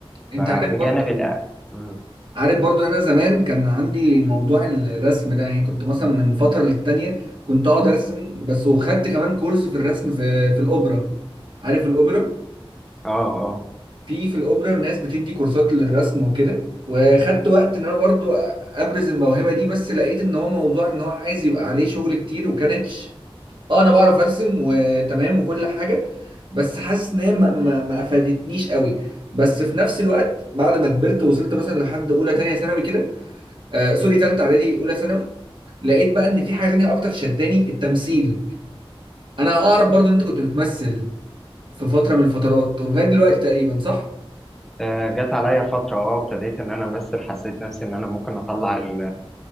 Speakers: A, on the right; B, in the centre.
A: انت
B: فبجانب
A: عارف برضو
B: الأ... مم.
A: عارف برضو ان انا زمان كان عندي موضوع الرسم ده يعني كنت مثلا من فترة للتانية كنت اقعد ارسم بس وخدت كمان كورس في الرسم في في الاوبرا عارف الاوبرا
B: اه آه.
A: في في الاوبرا ناس بتدي كورسات للرسم وكده وخدت وقت ان انا برضو ابرز الموهبه دي بس لقيت ان هو موضوع ان هو عايز يبقى عليه شغل كتير وكانتش اه انا بعرف ارسم وتمام وكل حاجه بس حاسس ان هي ما, ما, ما افادتنيش قوي بس في نفس الوقت بعد ما كبرت وصلت مثلا لحد اولى تانية ثانوي كده آه سوري تالتة اعدادي اولى ثانوي لقيت بقى ان في حاجه تانية اكتر شداني التمثيل انا اعرف برضو ان انت كنت بتمثل في فتره من الفترات ولغايه دلوقتي تقريبا صح
B: آه، جت عليا فترة اه ابتديت ان انا امثل حسيت نفسي ان انا ممكن اطلع ال...